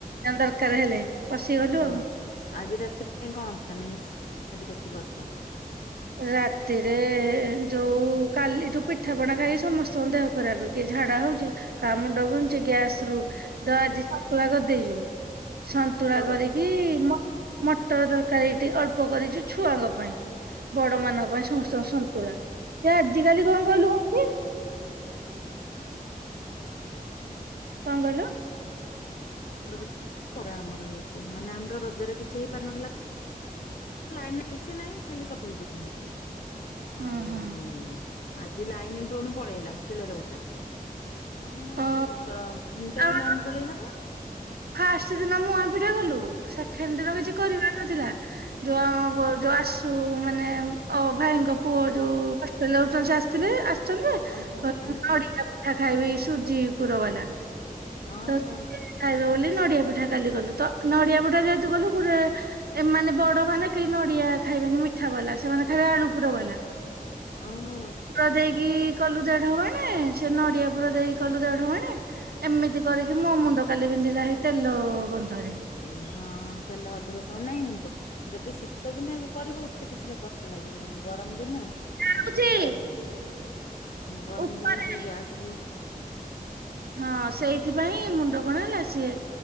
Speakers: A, on the right (about 90°); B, on the left (about 60°).
A: ତାଙ୍କ ଦରକାର ହେଲେ ପଶିଗଲୁ
B: ହଁ
A: ଆଉ।
B: ଆଜି ରାତି ପାଇଁ କଣ ପ୍ଲାନି ଅଛି ଆଜି ରାତି କରୁଚ।
A: ହ। ରାତିରେ ଯୋଉ କାଲିଠୁ ପିଠାପଣା ଖାଇକି ସମସ୍ତଙ୍କ ଦେହ ଖରାପ। କିଏ ଝାଡା ହଉଛି କା ମୁଣ୍ଡ ବିନ୍ଧୁଚି ଗ୍ୟାସ ରୁ ତ ଆଜି ସନ୍ତୁଳା କରିଦେଇଛୁ। ସନ୍ତୁଳା
B: ଭଲ କରିଛ।
A: କରିକି ମ ମଟର ତରକାରି ଏଇଠି ଅଳ୍ପ କରିଚୁ। ଛୁଆଙ୍କ ପାଇଁ ବଡ ମାନଙ୍କ ପାଇଁ ସମସ୍ତଙ୍କ ସନ୍ତୁଳା ସେ ଆଜିକାଲି କଣ କହିଲୁ ହୋଉଚି। କଁ କହିଲ।
B: ଖରା ଆମର ହେଇଛି ମାନେ ଆମର ରଜରେ କିଛି ହେଇପାରିନଥିଲା। ଲାଇନ କିଛି ନାହିଁ ଖାଲି ଚକୁଳି ପିଠା ହେଇଥିଲା
A: ହୁଁ
B: ଆଉ
A: ହୁଁ
B: ଆଜି ଲାଇନ ପୁଣି ପଳେଇଲା ଶିଳରେ ବଟା ହେଲା। ଆଉ କଣ କରାଯିବ
A: ଅ
B: ତିନିଟା
A: ଆମ
B: ରୁ ଲାଇନ ପଳେଇଲାପା।
A: ଫାଷ୍ଟ ଦିନ ମୁଆଁ ପିଠା କଲୁ ସେକେଣ୍ଡ ଦିନ କିଛି
B: ହଁ
A: କରିବାର ଥିଲା ଯୋଉ ଆମ ଯୋଉ ଆସୁ ମାନେ ଅ ଭାଇଙ୍କ ପୁଅ ଯୋଉ ଲଉଛନ୍ତି ଆସିଥିଲେ ଆସିଛନ୍ତି ଯେ
B: ଓହୋ
A: କହିଲେ
B: ଓହୋ
A: ନଡିଆ ପିଠା ଖାଇବି ସୁଜି ପୁର ବାଲା।
B: ଓ
A: ତ
B: ହୋ।
A: ଖାଇବେ ବୋଲି ନଡିଆ ପିଠା କାଲି କଲୁ ତ ନଡିଆ ପିଠା ଯେହେତୁ କଲୁ ଗୁରେ ଏମାନେ ବଡ ମାନେ କେହି ନଡିଆ ଖାଇବେନି ମିଠା ବାଲା ସେମାନେ ଖାଇବେ ଆଳୁ ପୁର ବାଲା।
B: ଓ ହୋ।
A: ପୁର ଦେଇକି କଲୁ ଦେଢ ମାଣେ ସେ ନଡିଆ ପୁର ଦେଇକି କଲୁ ଦେଢ ମାଣେ ଏମିତି କରିକି ମୋ ମୁଣ୍ଡ କାଲି ପିନ୍ଧିଲା ହେଇ ତେଲ ଗନ୍ଧରେ।
B: ଓ ହଁ ତେଲ ଅଧିକ ସମୟ ନାଇଁ ଯଦି ଶୀତ ଦିନେ କରିବ ହେତେ କିଛି ଲ କଷ୍ଟ ଲାଗିବନି ଗରମ ଦିନେ
A: ରଖୁଛି।
B: ଟିକେ ଉଁ ଗରମ
A: ଉପରେ
B: ଦିନେ ସେଇ ଗ୍ୟାସକୁ
A: ହଁ ସେଇଥିପାଇଁ ମୁଣ୍ଡ କଣ ହେଲା ସିଏ